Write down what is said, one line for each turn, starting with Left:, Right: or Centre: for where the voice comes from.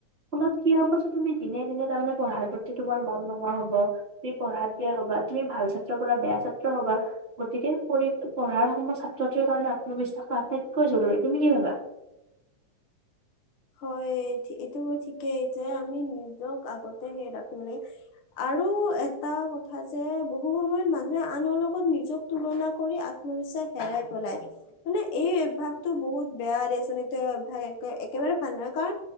Right: ফলত কি হব যে তুমি দিনে দিনে তাৰমানে পঢ়াৰ প্ৰতি তোমাৰ মন নোহোৱা হব, তুমি পঢ়াত বেয়া হবা, তুমি ভাল ছাত্ৰৰ পৰা বেয়া ছাত্ৰ হবা। গতিকে প পঢ়াৰ সময় ছাত্ৰ্ৰীৰ কাৰণে আত্মবিশ্বাসটো আটাইতকৈ জৰুৰী। তুমি কি ভাবা?
Left: হয় এইটো ঠিক যে আমি নিজক আগত সে ৰাখিব লাগে আৰু এটা কথা যে বহু সময়ত মানুহে আনৰ লগত নিজক তুলনা কৰি আত্মবিশ্বাস হেৰাই পেলায়। মানে এই অভ্যাসটো বহুত বেয়া দিয়াচোন। <unintelligible> একেবাৰে ভাল নহয়। কাৰণ